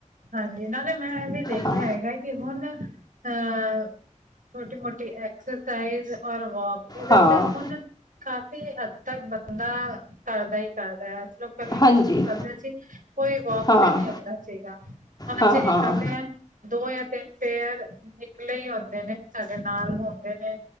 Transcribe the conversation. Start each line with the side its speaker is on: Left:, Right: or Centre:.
Right: ਹਾਂਜੀ ਨਾਲੇ ਮੈਂ ਇਹ ਵੀ ਦੇਖਿਆ
Left: ਹਾਂ
Right: ਹੈਗਾ ਕਿ ਹੁਣ ਅਹ ਛੋਟੀ ਮੋਟੀ ਐਕਸਰਸਾਈਜ਼ ਔਰ ਵਾਕ ਇਹਦੇ
Left: ਹਾਂ
Right: ਤੇ ਹੁਣ ਕਾਫ਼ੀ ਹੱਦ ਤੱਕ ਬੰਦਾ ਕਰਦਾ ਹੀ ਕਰਦਾ ਹੈ ਇਸ ਲੋਕ ਕਹਿਲੇ
Left: ਹਾਂਜੀ
Right: ਨਿਕਲਦੇ ਸੀ ਕੋਈ ਵੋਕ
Left: ਹਾਂ
Right: ਤੇ ਨੀ ਆਉਂਦਾ ਸੀਗਾ ਹੁਣ
Left: ਹਾਂ
Right: ਅਸੀਂ
Left: ਹਾਂ
Right: ਨਿਕਲਦੇ ਹਾ। ਦੋ ਜਾਂ ਤਿੰਨ ਫਿਰ ਨਿਕਲੇ ਹੀ ਆਉਦੇ ਨੇ ਸਾਡੇ ਨਾਲ ਹੁੰਦੇ ਨੇ।